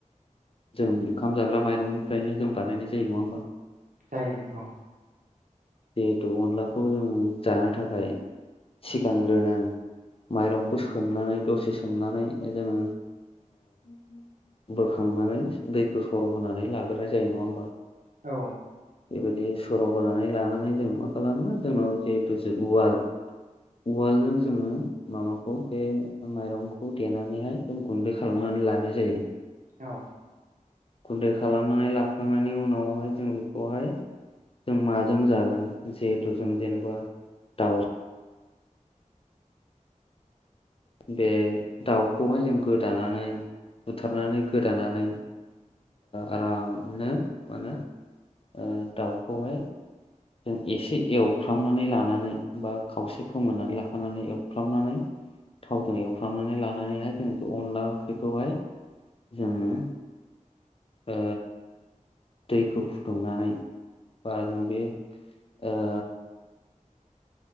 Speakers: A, on the left; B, on the right.
A: जों ओंखाम जाग्रा माइरंनिफ्रायनो जों बानायनाय जायो नङा होमबा
B: जायो औ
A: जिहेथु अनलाखौ जों जानो थाखाय सिगांग्रोनो माइरंखौ सोमनानै दसे सोमनानै जोङो बोखांनानै दै गोसर होनानै लाग्रोनाय जायो नङा होमबा
B: औ
A: बेबायदि सर' होनानै लानानै जों मा खालामो जोंनाव जिहेथु जे उवाल उवालजों जोङो माबाखौ बे माइरंखौ देनानैहाय गुन्दै खालामनानै लानाय जायो।
B: औ
A: गुन्दै खालामनानै लाखांनायनि उनावहाय जों बेखौहाय जों माजों जागोन जिहेथु जों जेनेबा दाउ बे दाउखौहाय जों गोदानानै बुथारनानै गोदानानै आरामनो मा होनो ओ दाउखौहाय जों एसे एवफ्रामनानै लानानै बा खावसे फोमोननानै लाखानानै एवफ्रामनानै थावजों एवफ्रांनानै लानानैहाय जों बे अनला ओंख्रिखौहाय जोङो ओ दैखौ फुदुंनानै बा जों बे ओ